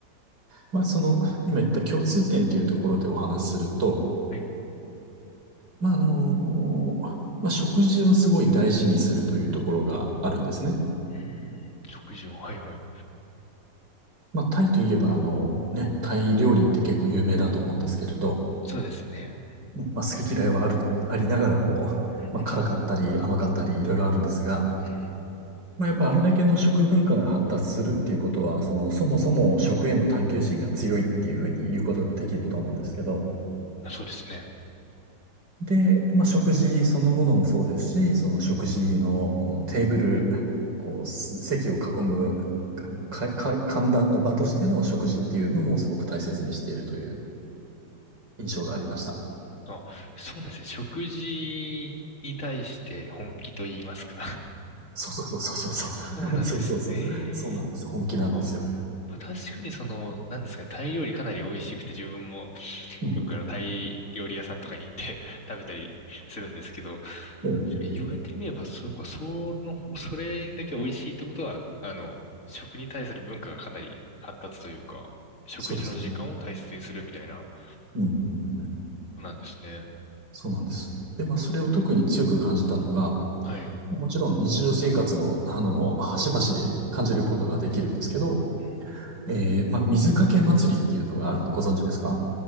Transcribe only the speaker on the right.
まあその、今言った共通点というところでお話しすると、
まああの、まあ食事をすごい大事にするというところがあるんですね。
まあタイといえばあの、ね、タイ料理って結構有名だと思うんですけれど、
ねまあ好き嫌いはある、ありながらも、
まあ辛かったり甘かったりいろいろあるんですが、
まあ、やっぱあれだけの食文化が発達するっていうことは、その、そもそも食への探求心が強いっていうふうに言うことができると思うんですけど、
で、まあ、食事そのものもそうですし、その食事のこのテーブル、こう、す席を囲む、か、か、歓談の場としての食事っていうのもすごく大切にしているという印象がありました。
そうそうそうそうそう。
<laughs> そうそうそう。そうなんです。本気なんですよ。
うん。
ええ、
そうですね。うん、うん、うん。
そうなんです。で、まあ、それを特に強く感じたのが、
もちろん日常生活の、あの、端々で感じることができるんですけど、
えー、まあ、水かけ祭りっていうのがあるのご存知ですか